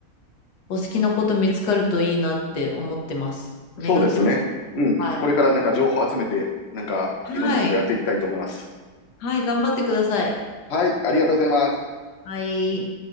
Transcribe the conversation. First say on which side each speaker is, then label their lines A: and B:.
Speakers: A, on the left; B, on the left.
A: お好きなこと見つかるといいなって思ってます。願ってます。
B: そうですね。うん。
A: はい。
B: これからなんか情報集めて、なんかいろんなことやっていきたいと思います。
A: はい。はい、頑張ってください。
B: はい。ありがとうございます。
A: はい。